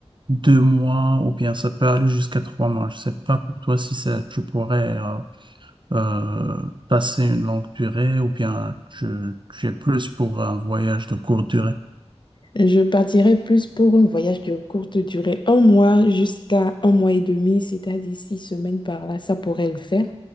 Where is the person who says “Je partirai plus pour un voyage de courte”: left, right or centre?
Left